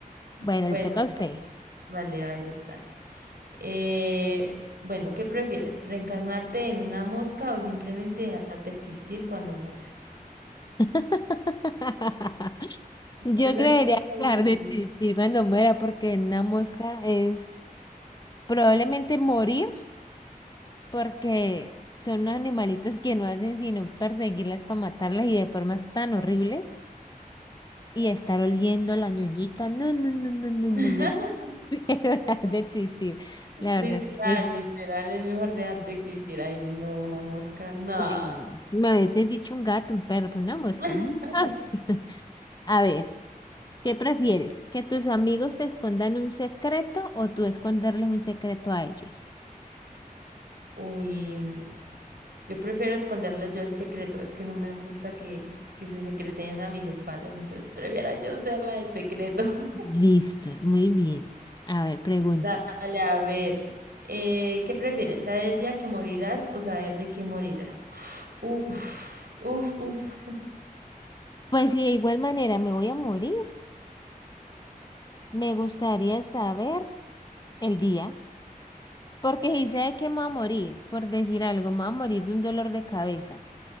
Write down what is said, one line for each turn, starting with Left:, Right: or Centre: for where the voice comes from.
Right: <laughs>
Left: Bueno,
Right: Bueno,
Left: le toca a usted.
Right: vale, ahí está. Eh, bueno, ¿qué prefieres? ¿Reencarnarte en una mosca o simplemente dejar de existir cuando mueras?
Left: <laughs> Yo
Right: Esa
Left: creería
Right: está chévere.
Left: dejar de existir cuando muera porque una mosca es probablemente morir porque son unos animalitos que no hacen sino perseguirlas para matarlas y de formas tan horribles. y estar oliendo la ñoñita. No, no, no, no, no,
Right: <laughs>
Left: no, ya prefiero <laughs> dejar de existir. La
Right: Literal,
Left: verdad es que sí.
Right: literal, es mejor dejar de existir. Ay, no, una mosca, no.
Left: Uy, me habéis dicho un gato, un perro, pero una mosca.
Right: <laughs>
Left: ¿no? <laughs> A ver, ¿qué prefieres? ¿Que tus amigos te escondan un secreto o tú esconderles un secreto a ellos?
Right: Uy. Yo prefiero esconderle yo el secreto, es que no me gusta que, que se secreten a mis espaldas, entonces prefiero yo ser la del secreto. <laughs>
Left: Listo, muy bien. A ver, pregunte.
Right: Dale, a ver. eh, ¿qué prefieres? ¿Saber el día que morirás o saber de qué morirás? Uf, uf, uf. <laughs>
Left: Pues si de igual manera me voy a morir, me gustaría saber el día. Porque si sé de qué me voy a morir, por decir algo, me voy a morir de un dolor de cabeza.